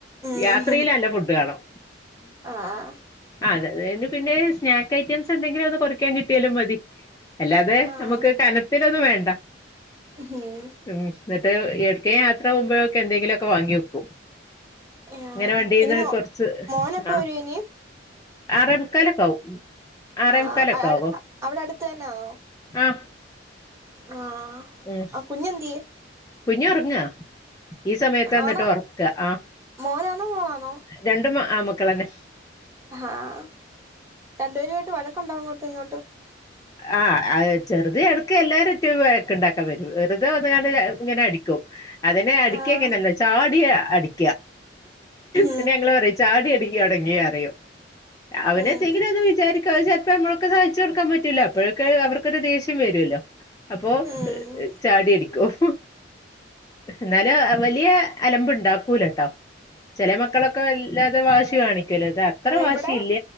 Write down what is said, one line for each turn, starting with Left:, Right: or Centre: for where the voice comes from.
Right: ഉം
Left: യാത്രയില് നല്ല ഫുഡ് വേണം
Right: ആഹ്
Left: അതെ അത് കഴിഞ്ഞ് പിന്നെ സ്നാക്ക് ഐറ്റംസ് എന്തെലും ഒന്ന് കൊറിക്കാൻ ക്കാൻ കിട്ടിയാലും മതി അല്ലാതെ
Right: ആഹ്
Left: നമുക്ക് കനത്തിലൊന്നും വേണ്ട
Right: ഉം
Left: മ്മ് എന്നിട്ട് ഇടക്ക് യാത്ര പോകുമ്പോഴൊക്കെ എന്തെങ്കിലുമൊക്കെ വാങ്ങി വെക്കും
Right: ആഹ്
Left: ഇങ്ങനെ വണ്ടീന്ന്
Right: ഇനി മോ
Left: കൊറിച്ച്
Right: മോനെപ്പ
Left: ആഹ്
Right: വരും ഇനി
Left: ആറേ മുക്കാലൊക്കെ ആവും ആറേ
Right: ആ
Left: മുക്കാലൊക്കെ
Right: അത്
Left: ആവോ
Right: അവിടെ അടുത്ത് തന്നാണോ
Left: ആഹ്
Right: ആഹ്
Left: ഉം
Right: ആ കുഞ്ഞ് എന്തിയേ
Left: കുഞ്ഞ് ഉറങ്ങാ ഈ സമയത്ത ന്നിട്ട്
Right: ആണാ
Left: ഒറക്ക ആഹ്
Right: മോനാണോ മോളാണോ
Left: രണ്ടും ആൺ മക്കളെന്നെ
Right: ആഹ് രണ്ടുപേരുമായിട്ട് വഴക്കുണ്ടോ അങ്ങോട്ടും ഇങ്ങോട്ടും
Left: ആഹ് ചെറുത് എടക്ക് എല്ലാരും ആയിട്ടും വഴക്ക് ഇണ്ടാക്കാൻ വരും വലുത് വന്ന് ഇങ്ങനെ അടിക്കും ടിക്കും അതിനെ അടിക്ക
Right: ആഹ്
Left: എങ്ങനെന്താ ചാടിയ അടിക്ക
Right: ഉം
Left: പിന്നെ ഞങ്ങള് പറയും ചാടി അടിക്ക അടങ്ങിയ അറിയും അവനെന്തെങ്കിലൊന്നു
Right: ഉം
Left: വിചാരിക്കും അത് ചെലപ്പം നമ്മള് സാധിച്ചു കൊടുക്കൻ പറ്റൂല്ല അപ്പഴൊക്കെ അവർക്ക് അപ്പൊരു ദേഷ്യം വരുല്ലോ അപ്പോ
Right: ഉം
Left: ചാടി അടിക്കും എന്നാല വലിയ അലമ്പ് ഇണ്ടാക്കൂലട്ടോ ചെല മക്കളൊക്കെ വല്ലാതെ വാശി കാണിക്കൊല്ലോ ഇത് അത്ര വാശി
Right: ഇവിടെ
Left: ഇല്ല